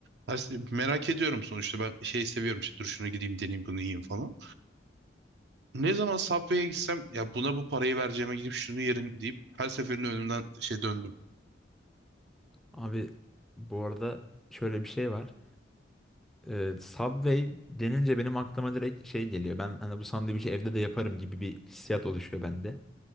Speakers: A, on the right; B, in the centre.
A: her- merak ediyorum sonuçta ben şey seviyorum işte dur şuna gideyim deneyeyim bunu yiyeyim falan. Ne zaman Subway'e gitsem ya buna bu parayı vereceğime gidip şunu yerim deyip her seferinde önümden şey döndüm.
B: Abi bu arada şöyle bir şey var. Ee, Subway denince benim aklıma direkt şey geliyor. Ben hani bu sandviçi evde de yaparım gibi bir hissiyat oluşuyor bende.